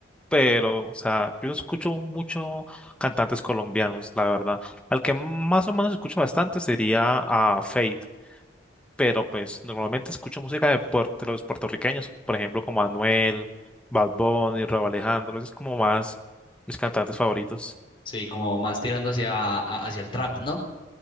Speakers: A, in the centre; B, on the left (about 25°).
A: pero, o sea, yo no escucho mucho cantantes colombianos, la verdad. Al que más o menos escucho bastante sería a Fate, pero pues normalmente escucho música de, puer- de los puertorriqueños, por ejemplo, como Anuel, Bad Bunny, Rauw Alejandro, es como más mis cantantes favoritos.
B: Sí, como más tirando hacia, a- hacia el trap, ¿no?